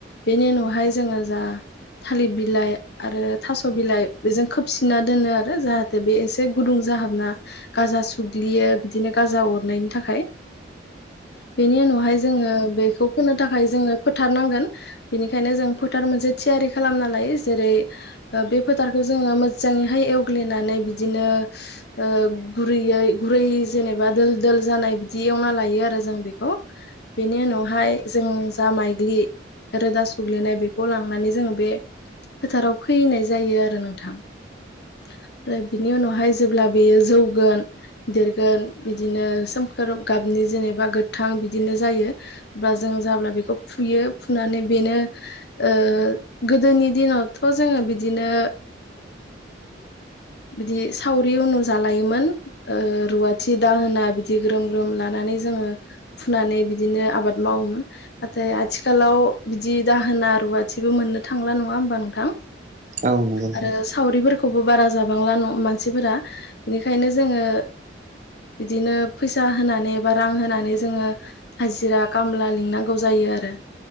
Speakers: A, on the left; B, on the right.
A: बेनि उनावहाय जोङो जा थालिर बिलाइ आरो थास बिलाइ बेजों खोबसिना दोनो आरो जाहाथे बे एसे गुदुं जाहाबना गाजा सुग्लियो बिदिनो गाजा अरनायनि थाखाय बेनि उनावहाय जोङो बेखौ फोनो थाखाय जोङो फोथारनांगोन बेनिखायनो जों फोथार मोनसे थियारि खालामना लायो जेरै ऐ बे फोथारखौ जोङो मोजाङैहाय एवग्लिनानै बिदिनो ऐ गुरैयै गुरै जेनेबा दोल दोल जानाय बिदि एवना लायो आरो जों बेखौ बेनि उनावहाय जों जा माइग्लि रोदा सुग्लिनाय बेखौ लांनानै जोङो बे फोथाराव फैनाय जायो आरो नोंथां आरो बिनि उनावहाय जो जेब्ला बेयो जौगोन देरगोन बिदिनो सोमखोर गाबनि जेनेबा गोथां बिदिनो जायो बा जों जाब्ला बेखौ फुयो फुनानै बेनो ओ गोदोनि दिनावथ' जोङो बिदिनो बिदि सावरि उनुजालायोमोन ओ रुवाथि दाहोना बिदि ग्रोम ग्रोम लानानै जोङो फुनानै बिदिनो आबाद मावोमोन। नाथाय आथिखालाव बिदि दाहोना रुवाथिबो मोननो थांला नङा होमबा नोंथां?
B: औ नंगौ नोंथां
A: आरो सावरिफोरखौबो बारा जाबांला मानसिफोरा बिनिखायनो जोङो बिदिनो फैसा होनानै बा रां होनानै जोङो हाजिरा खामला लिंनांगौ जायो आरो